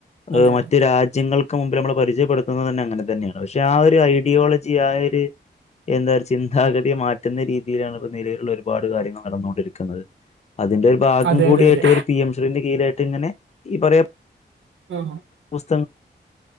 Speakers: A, on the left; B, on the right.
A: ഏ
B: അതെ
A: മറ്റു രാജ്യങ്ങൾക്കു മുമ്പിൽ നമ്മളു പരിചയപ്പെടുത്തുന്നതു തന്നെ അങ്ങനെ തന്നെയാണ് പക്ഷെ ആ ഒരു ഐഡി ഡിയോളജിയായൊരു എന്നൊരു ചിന്താഗതി മാറ്റുന്ന രീതിയിൽ ആണ് ഇപ്പൊ നിലവിലൊളള ഒരുപാടു കാര്യങ്ങൾ നടന്നു കൊണ്ടിരിക്കുന്നത് അതിന്റെയൊരു ഭാഗം
B: അതെ
A: കൂടിയായിട്ടി
B: അതെ അതെ
A: വര് പി എം ശ്രി ന്റെ കീഴില് ന്നിട്ടിങ്ങനെ <unintelligible>
B: <unintelligible>
A: <unintelligible>